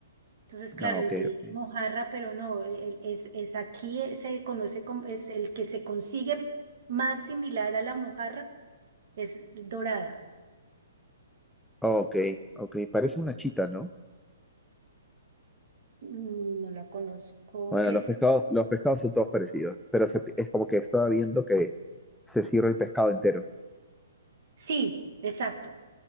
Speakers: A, on the right; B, in the centre.
A: Entonces, claro,
B: Ah, ok,
A: yo te dije
B: ok.
A: mojarra, pero no, e, el- es, es aquí eh, se conoce como, es el que se consigue más similar a la mojarra, es dorada.
B: Ok, ok. Parece una chita, ¿no?
A: Mm, No la conozco,
B: Bueno,
A: que
B: los
A: es
B: pescados, los pescados son todos parecidos, pero se- es como que estaba viendo que se sirve el pescado entero.
A: Sí, exacto.